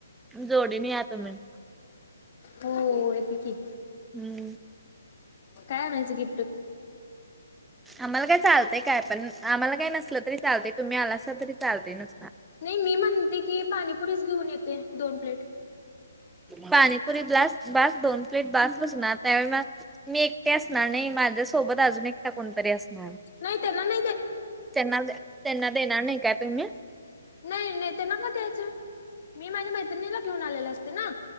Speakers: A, in the centre; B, on the left (about 40°).
A: जोडीने या तुम्ही.
B: हो येते की.
A: हम्म.
B: काय आणायचं गि
A: आम्हाला काय चालतं ते काय पण आम्हाला काय नसलं तरी चालतंय, तुम्ही आलासा तरी चालतंय नुसता.
B: नाही मी म्हणते की पाणीपुरीच घेऊन येते दोन प्लेट.
A: पाणीपुरी ब्लास बास दोन प्लेट बास बसूना त्यावेळे मग मी एकटे असणार नाही माझ्यासोबत अजून एकटा कोणतरी असणार.
B: नाहीत त्यांना ना
A: त्यांना त्यांना देणार नाही काय पण मी.
B: नाही ने त्यांना का द्यायचं मी माझ्या मैत्रिणीला घेऊन आलेले असते ना.